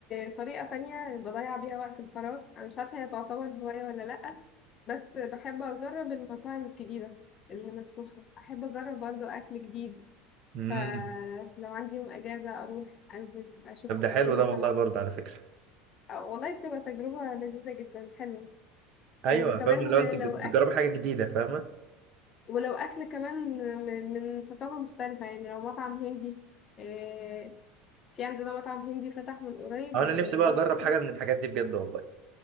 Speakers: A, on the left; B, on the right.
A: طريقه تانية بضيع بيها وقت الفراغ انا مش عارفه هي تعتبر هوايه ولا لا بس بحب اجرب المطاعم الجديده اللي مفتوحه احب اجرب برضو اكل جديد
B: امم
A: فلو عندي يوم اجازه اروح انزل اشوف
B: طب ده حلو
A: ايه
B: ده
A: مثلا
B: والله برضه على فكرة
A: آه، والله بتبقى تجربة لذيذة جدا حلوة
B: ايوه
A: وكمان
B: فاهم اللي هو انت بت-
A: لو
B: بتجربي
A: أكل
B: حاجه جديده فاهمه
A: ولو أكل كمان من من ثقافة مختلفة يعني لو مطعم هندي آه، في عندنا مطعم هندي فتح من قريب
B: أو انا
A: ورحت
B: نفسي بقى اجرب
A: كده
B: حاجه من الحاجات دي بجد والله